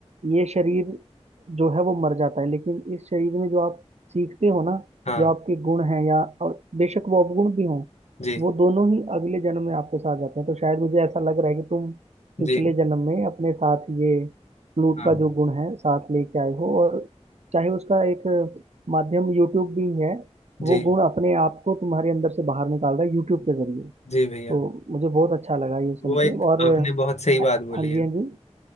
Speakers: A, on the right; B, on the left.
A: ये शरीर जो है वो मर जाता है लेकिन इस शरीर में जो आप सीखते हो ना
B: हाँ
A: जो आपके गुण हैं या और बेशक वो अवगुण भी हों
B: जी
A: वो दोनों ही अगले जन्म में आपके साथ जाते हैं तो शायद मुझे ऐसा लग रहा है कि तुम पिछले
B: जी
A: जन्म में अपने साथ ये फ्लूट
B: हाँ
A: का जो गुण है साथ लेके आए हो और चाहे उसका एक माध्यम यूट्यूब भी है
B: जी
A: वो गुण अपने आप को तुम्हारे अंदर से बाहर निकाल रहा है यूट्यूब के जरिए
B: जी भैया
A: तो मुझे बहुत अच्छा लगा ये सुन
B: वो
A: के
B: एक
A: और
B: आपने
A: अ,
B: बहुत सही
A: हाँ
B: बात बोली
A: जी
B: है
A: हाँ जी